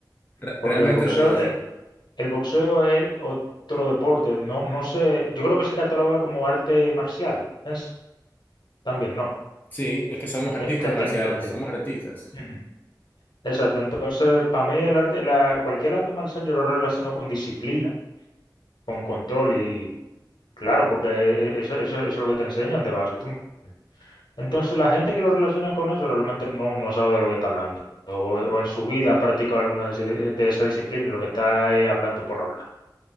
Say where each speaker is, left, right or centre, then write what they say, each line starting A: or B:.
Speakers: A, on the left; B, on the left.
A: re-
B: Porque
A: realmente
B: el boxeo,
A: lo pienso así.
B: eh, el boxeo es otro deporte. No, no sé, yo creo que se cataloga como arte marcial. Es- también, no.
A: Sí, es que somos artistas
B: Eh, te- tengo,
A: marciales,
B: tengo entendido.
A: somos artistas.
B: Ujú. Exacto. Entonces, para mí el arte, la, cualquier arte marcial yo lo relaciono con disciplina, con control y claro, porque eh, eh, eso, eso, eso es lo que te enseñan de base. ¿Tú Entonces la gente que lo relaciona con eso realmente no, no sabe de lo que está hablando. O, o en su vida ha practicado alguna de, ese- de esa disciplina y lo que está es hablando por hablar.